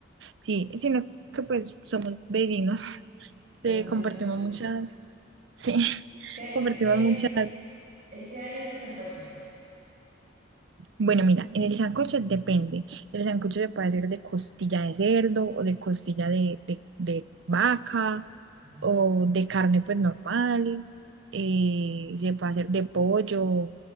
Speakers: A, on the right; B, on the right.
A: Sí, sino que pues somos vecinos, <laughs> se
B: Los vecinos
A: compartimos
B: se juntan.
A: muchas, sí, <laughs>
B: ¿Qué,
A: compartimos
B: qué, qué,
A: muchas
B: qué hay en el sancocho?
A: Bueno, mira, en el sancocho depende. El sancocho se puede hacer de costilla de cerdo o de costilla de, de- de vaca
B: Ah.
A: o de carne pues normal. eh, se puede hacer de pollo,